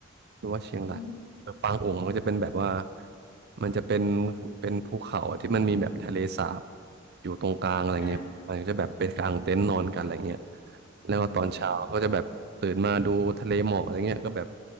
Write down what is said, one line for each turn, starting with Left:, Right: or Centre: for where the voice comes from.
Right: หรือว่าเชียงราย
Left: โอ้
Right: ปางอุองก็จะเป็นแบบว่ามันจะเป็นเป็นภูเขาที่มันมีแบบทะเลสาบอยู่ตรงกลางอะไรเงี้ยมันก็จะแบบเป็นกลางเต็นท์นอนกันอะไรเงี้ย
Left: ค่ะ
Right: แล้วก็ตอนเช้าก็จะแบบตื่นมาดูทะเลหมอกอะไรเงี้ยก็แบบ
Left: อือหือ